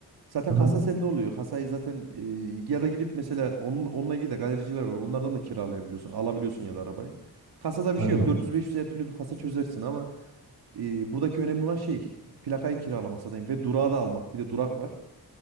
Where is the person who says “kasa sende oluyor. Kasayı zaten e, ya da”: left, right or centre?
Right